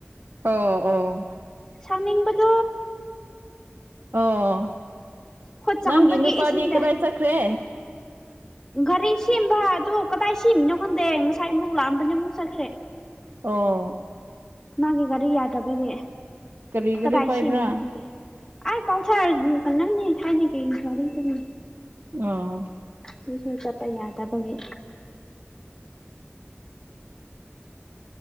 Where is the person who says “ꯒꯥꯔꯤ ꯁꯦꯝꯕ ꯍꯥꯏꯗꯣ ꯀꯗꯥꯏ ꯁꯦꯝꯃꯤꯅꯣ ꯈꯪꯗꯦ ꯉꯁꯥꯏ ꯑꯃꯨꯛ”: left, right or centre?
Left